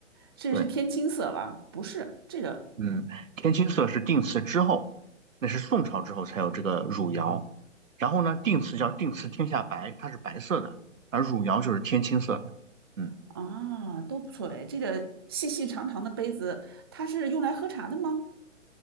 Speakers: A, on the right (about 20°); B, on the right (about 80°).
A: 这个是天青色吧？
B: 对。
A: 不是，这个
B: 嗯，天青色是定词之后，那是宋朝之后才有这个汝窑。然后呢，定瓷叫定瓷天下白，它是白色的，而汝窑就是天青色的。嗯，
A: 啊，都不错哎。这个细细长长的杯子，它是用来喝茶的吗？